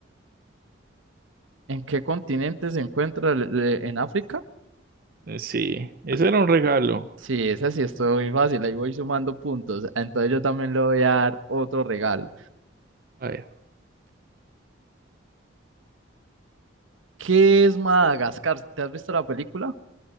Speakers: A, on the right (about 85°); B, on the right (about 50°).
A: ¿En qué continente se encuentra? el- el- ¿En África?
B: Eh, Sí, ese era un regalo.
A: Sí, esa sí es muy fácil, ahí voy sumando puntos. Entonces yo también le voy a dar otro regalo.
B: A ver,
A: ¿Qué es Madagascar? ¿Te has visto la película?